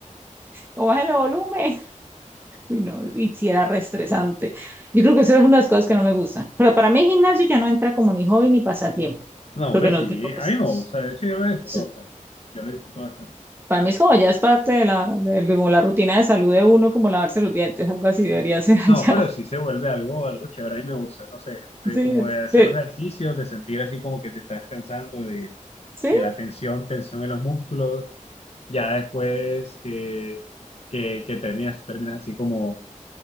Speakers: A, on the right; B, on the left.
A: bájale el volumen. Uy, no, y si era re estresante. Yo creo que eso es una de las cosas que no me gustan. Pero para mí el gimnasio ya no entra como ni hobby ni pasatiempo,
B: No,
A: porque
B: hombre, sí,
A: no es de propósitos.
B: a mí me gusta, de hecho yo lo disfruto
A: Eso-
B: bastante, yo lo disfruto bastante.
A: Para mí es como ya es parte de la, de, como la rutina de salud de uno, como lavarse los dientes, algo así debería ser allá.
B: No, pero
A: <laughs>
B: sí se vuelve algo, algo chévere, a mí me gusta, no sé, de
A: Sí,
B: como de hacer
A: sí,
B: los ejercicios, de sentir así como que te estás cansando de,
A: sí.
B: de la tensión, tensión en los músculos, ya después que, que, que terminas, tú terminas así como